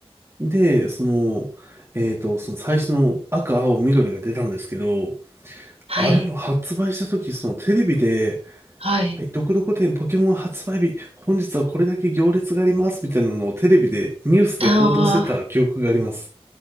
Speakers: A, on the right (about 25°); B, on the right (about 75°).
A: で、その、えっと、その最初の赤、青、緑が出たんですけど、
B: はい。
A: あれも発売した時、そのテレビで、
B: はい。
A: はい、どこどこ店ポケモン発売日、本日はこれだけ行列があります、みたいなのをテレビで、ニュースで報道してた記憶があります。
B: ああ、